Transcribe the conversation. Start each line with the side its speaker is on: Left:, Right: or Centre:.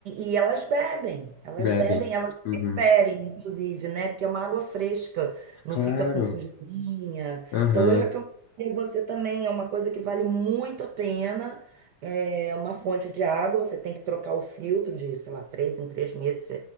Right: e- e elas bebem. Elas
Left: Bebem.
Right: bebem, elas
Left: Uhum.
Right: preferem, inclusive, né? Porque é uma água fresca, não
Left: Claro.
Right: fica com sujeirinha.
Left: Aham.
Right: Então, eu recomendo a você também. É uma coisa que vale muito a pena. É uma fonte de água, você tem que trocar o filtro de, sei lá, três em três meses